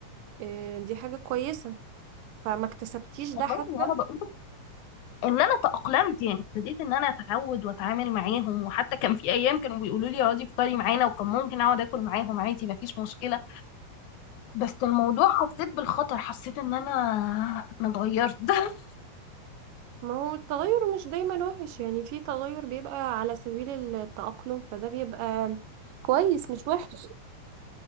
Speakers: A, on the right (about 80°); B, on the left (about 70°).
A: آه، دي حاجة كويسة فما اكتسبتيش
B: والله
A: ده حتى
B: وانا بقول ان انا تأقلمت يعني ابتديت ان انا اتعود واتعامل معاهم وحتى كان في ايام كانوا بيقولوا لي اقعدي افطري معانا وكان ممكن اقعد اكل معاهم عادي مفيش مشكله بس الموضوع حسيت بالخطر حسيت ان انا انا اتغيرت <laughs>
A: ما هو التغير مش دايما وحش يعني في تغير بيبقى على سبيل التأقلم فده بيبقى كويس مش وحش